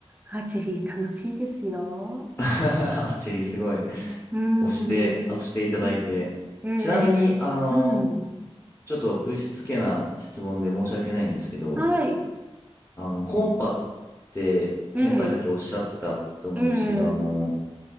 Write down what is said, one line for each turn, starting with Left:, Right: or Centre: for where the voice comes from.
Right: アーチェリー楽しいですよ。
Left: <laughs> アーチェリーすごい。
Right: うん、
Left: 押して、押していただいて。
Right: うん、ええ、
Left: ちなみに、あの、
Right: うん、
Left: ちょっとぶしつけな質問で申し訳ないんですけど、
Right: はい、
Left: あの、コンパって先輩さっきおっしゃってたと思うんですけど、
Right: ええ、ええ、
Left: あの、